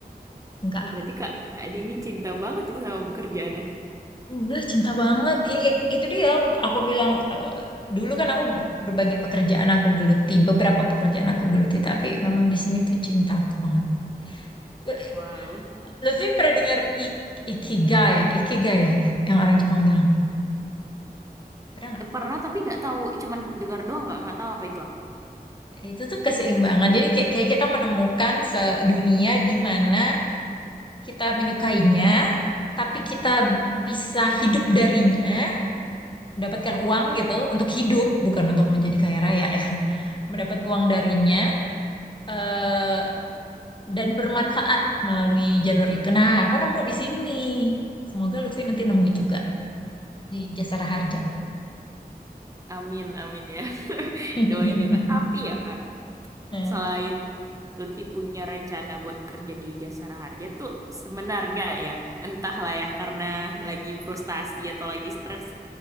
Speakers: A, on the left; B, on the right.
A: Enggak
B: Oh, berarti Kak, Kak Dini cinta banget ya sama pekerjaannya.
A: Udah cinta banget. Ini itu dia aku aku bilang kalau dulu kan aku berbagai pekerjaan aku geluti, beberapa pekerjaan aku geluti, tapi memang di sini tuh cinta aku banget. Eh,
B: Wow.
A: Lutfi pernah dengar ik- ikigai ya, ikigai ya, yang orang Jepang bilang. Pernah nggak?
B: Eh, Pernah tapi nggak tahu, cuman dengar doang nggak nggak tahu apa itu. ah.
A: Itu tuh keseimbangan. Jadi kayak, kayak kita menemukan se- dunia di mana kita menyukainya, tapi kita bisa hidup darinya, mendapatkan uang gitu untuk hidup, bukan untuk menjadi kaya raya ya. <laughs> Mendapat uang darinya eh, dan bermanfaat melalui jalur itu. Nah, aku nemu di sini. Semoga Lutfi nanti nemu juga di Jasara Harja.
B: Amin, amin ya. <laughs>
A: <laughs>
B: Doain ya Kak. Tapi ya Kak,
A: Eh,
B: selain Lutfi punya rencana buat kerja di Jasara Harja tuh sebenarnya ya entahlah ya karena lagi frustasi atau lagi stres